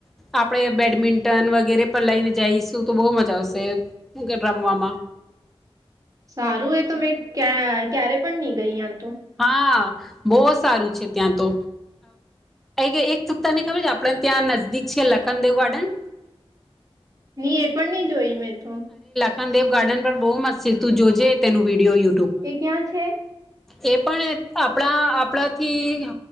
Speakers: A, in the centre; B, on the right.
A: આપડે બેડમિન્ટન વગેરે પણ લઈને જઈશું તો બહુ મજા આવશે રમવામા
B: સારું એ તો મેં ક્યા ક્યારે પણ નહી ગઈ તો
A: હા બહ સારું છે ત્યાં તો એક સપ્તાહની ખબર છે આપણે ત્યાં નજદીક છ લખનદેવ ગાર્ડન
B: ની એ પણની જોઈ મેં તો
A: ખંનદેવ ગાર્ડન પર બહુ મસ છે તું જોજે તેનું વિડીયો યુ
B: એ ક્યાં છે.
A: એ પણ આપણા આપણાથી